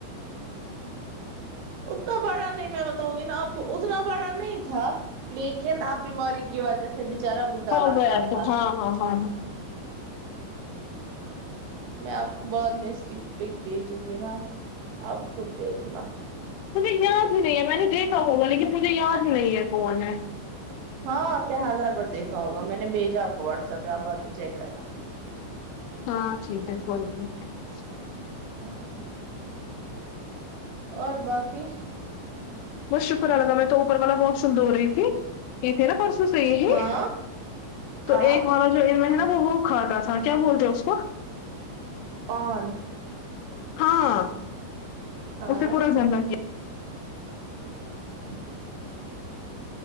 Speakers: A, on the right (about 70°); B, on the left (about 80°).
A: اتنا بڑا نہیں میں بتاؤں گی نا آپ کو اتنا بڑا نہیں تھا لیکن آپ بیماری کی وجہ سے بچارا بڈھا
B: ہو
A: لگتا
B: گیا
A: تھا
B: تو ہاں ہاں ہاں ہاں
A: میں آپ کو بعد میں اس کی پک بھیجوں گی نا آپ خود دیکھنا
B: مجھے یاد ہی نہیں ہے میں نے دیکھا بلا لیکن مجھے یاد ہی نہیں ہے کون ہے
A: ہاں آپ نے ہزار رپ دیکھا ہوگا میں نے بھیجا آپ کو واٹسپ پہ آپ بد چیک کرنا
B: ہاں جی بس بولیے <inaudible>
A: ہاں اور باقی
B: بہت شکریہ گا میں تو اوپر والا پسن د رہی تھی یہ تھی نا پرسوں سے یہی
A: ہاں
B: تو
A: ہاں
B: ایک والا جو ان میں ہے نا وہ وہ کھا تھاا کیا بولتے ہو اس کو
A: پان
B: ہاں
A: ہاں
B: اسے پورا جا کیا
A: <inaudible>